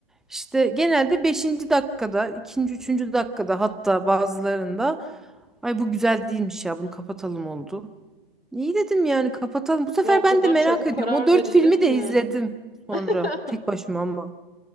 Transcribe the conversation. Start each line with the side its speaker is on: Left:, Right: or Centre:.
Centre: İşte genelde beşinci dakikada, ikinci üçüncü dakikada hatta bazılarında ay bu güzel değilmiş ya bunu kapatalım oldu. İyi dedim yani kapatalım. Bu sefer
Left: Ya o
Centre: ben
Left: kadar
Centre: de merak
Left: çabuk
Centre: ediyorum.
Left: karar
Centre: O dört
Left: verilir
Centre: filmi
Left: mi?
Centre: de izledim
Left: <laughs>
Centre: sonra tek başıma ama.